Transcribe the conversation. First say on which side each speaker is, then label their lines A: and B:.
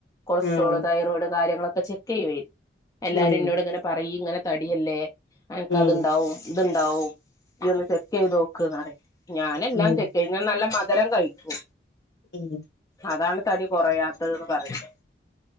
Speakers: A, on the left; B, on the left.
A: കൊളസ്ട്രോൾ
B: ആഹ്
A: തൈറോയിഡ് കാര്യങ്ങളൊക്കെ ചെക്ക് ചെക്ക്യോയായിരുന്നു എല്ലാരും
B: ഉം
A: ഇന്നോട് ഇങ്ങനെ പറയ്യ് ഇങ്ങനെ തടിയല്ലേ. ക്ക
B: ഉം
A: അതുണ്ടാവും ഇതുണ്ടാവും ഇയൊന്ന് ടെസ്റ്റെയ്തോ ക്ക് നറയും ഞാനെല്ലാം
B: ഉം
A: ചെക്കെയ്യും ഞ്ഞാൻ നല്ല മധരം കഴിക്കും.
B: ഉം
A: അതാണ് തടി കുറയാത്തദ്ന് പറയും.